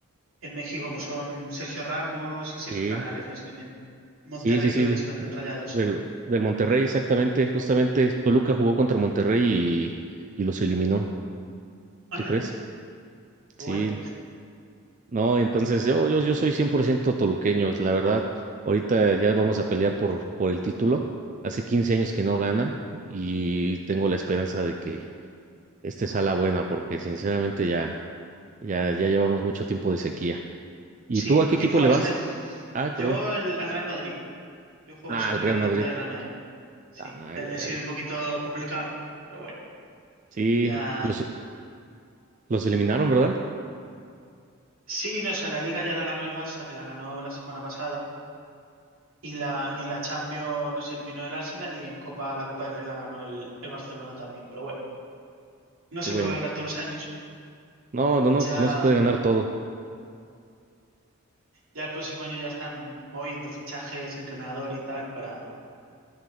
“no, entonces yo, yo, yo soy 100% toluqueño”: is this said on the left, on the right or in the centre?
Right